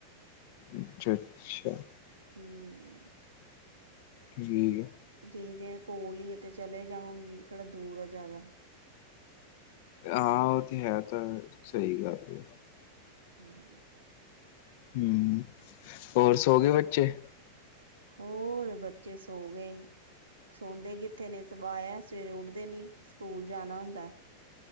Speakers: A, on the left; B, on the right.
A: ਅੱਛਾ-ਅੱਛਾ।
B: ਹੂੰ।
A: ਜੀ ਜਿਹਾ।
B: ਦੀਦੀ ਦੇ ਐਹ ਕੋਲ ਈ ਤੇ ਚਲੇ ਜਾਵਾਂਗੀ। ਕਿਹੜਾ ਦੂਰ ਆ ਜ਼ਿਆਦਾ
A: ਆਂ, ਉਹ ਤੇ ਹੈ ਤਾਂ ਸਹੀ ਗੱਲ ਆ।
B: ਹਾਂ।
A: ਹਮ, ਹੋਰ ਸੋਗੇ ਬੱਚੇ?
B: ਹੋਰ ਬੱਚੇ ਸੌ ਗ‌ਏ। ਸੌਦੇ ਕਿ ਕਿੱਥੇ ਨੇ। ਸਵਾਆ, ਸਵੇਰੇ ਉੱਠਦੇ ਨੀ, ਸਕੂਲ ਜਾਣਾ ਹੁੰਦਾ।